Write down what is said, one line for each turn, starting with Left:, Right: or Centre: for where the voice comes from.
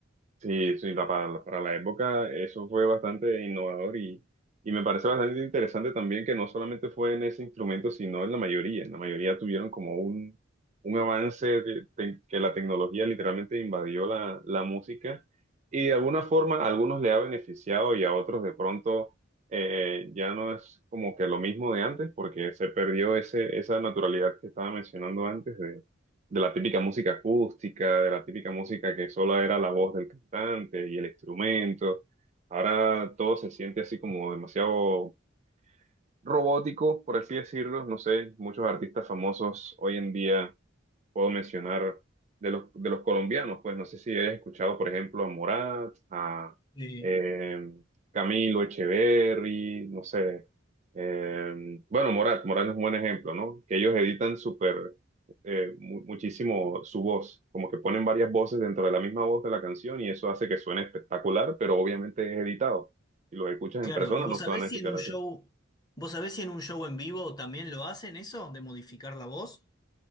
Right: Sí, sí, la- para, para la época eso fue bastante innovador y, y me parece bastante interesante también que no solamente fue en ese instrumento, sino en la mayoría. En la mayoría tuvieron como un, un avance de- de- que la tecnología literalmente invadió la, la música y de alguna forma a algunos le ha beneficiado y a otros de pronto eh, ya no es como que lo mismo de antes porque se perdió ese, esa naturalidad que estaba mencionando antes de la típica música acústica, de la típica música que solo era la voz del cantante y el instrumento. Ahora todo se siente así como demasiado robótico, por así decirlo. No sé, muchos artistas famosos hoy en día puedo mencionar de los, de los colombianos, pues no sé si hayas escuchado, por ejemplo, a Morat, a
Left: Sí.
Right: eh, Camilo Echeverry, no sé. Eh, bueno, Morat, Morat es un buen ejemplo, ¿no? Que ellos editan súper, eh, mu- muchísimo su voz, como que ponen varias voces dentro de la misma voz de la canción y eso hace que suene espectacular, pero obviamente es editado. Si los escuchas
Left: Claro,
Right: en persona
Left: ¿y vos
Right: no
Left: sabés
Right: se van a escuchar
Left: si en un
Right: así.
Left: show, vos sabés si en un show en vivo también lo hacen eso, de modificar la voz?